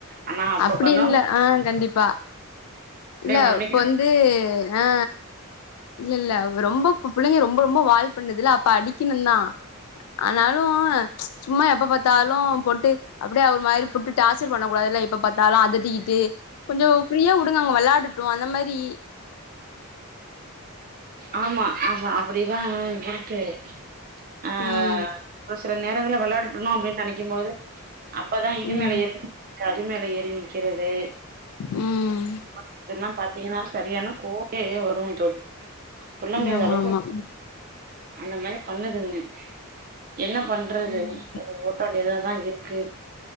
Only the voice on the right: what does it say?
ஆனா அப்ப
பண்ணுவாங்க
மண்டைக்கு
ஆமா ஆமா அப்டிதா இருக்கு ஆ
ஒரு சில நேரங்கள வெளயாடட்டுனா அப்டின் நெனைக்கும்போது அப்பதா இது
மேல ஏறி நிக்கிறது அது மேல ஏறி நிக்கிறது
பண்றதெல்லா பாத்தீங்கன்னா சரியான கோவமே வரு தோழி சொல்ல முடியாத
அளவுக்கு
அந்த மாரி பண்ணுதுங்க என்ன பண்றது
ஓ ஓட்ட வேண்டியதாதா இருக்கு